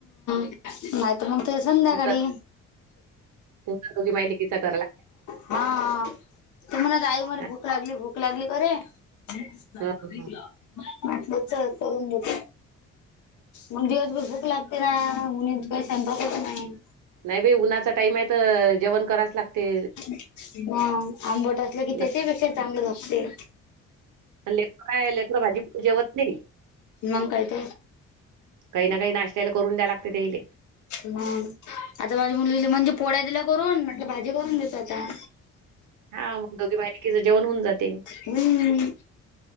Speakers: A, on the left (about 75°); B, on the right (about 80°).
A: नाय, तर मग ते संध्याकाळी
B: तुमचा तुमचा दोघी मायलिकीचा करला
A: हा त म्हणा आई मले
B: हा,
A: भूक लागली, भूक लागली, करे म्हटलं,
B: हा.
A: चल करून देते मग दिवसभर भूक लागते ना? कोणी का स्वयंपाक करत नायी
B: नायी बाई उन्हाचा टाईमय, तर जेवण करावच लागते
A: हं, आंबट असले
B: ल-
A: की त्याच्याही पेक्षा चांगलच असते
B: लेकरं, काय लेकरं भाजी जेवत नायी
A: मग काय त,
B: काही ना काही नाश्त्याला करून द्या लागते त्याइले
A: मग आता माझी मुलीला म्हणजे पोळ्या दिल्या करून म्हटलं भाजी करून देते आता
B: हा मग दोघी मायलेकीच जेवण होऊन जाते
A: हम्म